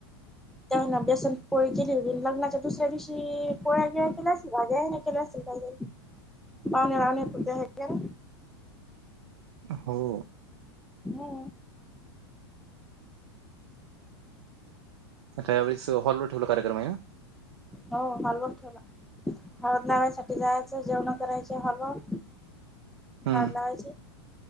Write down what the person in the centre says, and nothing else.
त्यान व्यासन पोळी केली होती लग्नाच्या दुसऱ्या दिवशी पोळ्या गिळ्या केल्या असेल वाज्याने केल्या असेल. पावणे राहणे पूज्या हग ना.
हा.
हो भल करतला. हळद लागयसाठीठी जायचं जेवण करायच हवं.
हड लावायचे